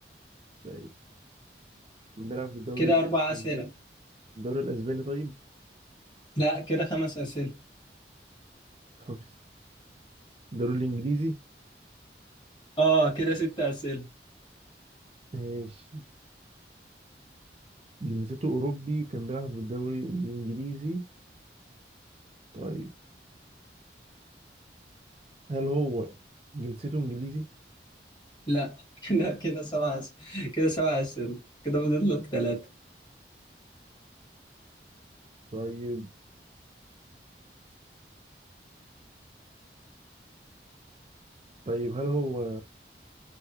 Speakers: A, on the right (about 35°); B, on the left (about 25°).
A: طيب كان بيلعب في الدوري
B: كده أربع
A: الأسباني
B: أسئلة
A: الدوري الأسباني طيب
B: لا كده خمس أسئلة
A: خلاص. الدوري الإنجليزي
B: آه كده ست أسئلة
A: ماشي جنسيته أوروبي وكان بيلعب في الدوري الإنجليزي طيب هل هو جنسيته إنجليزي
B: لا <laughs> كده كده سبع أسئلة كده سبع أسئلة كده فاضل لك ثلاثة
A: طيب طيب هل هو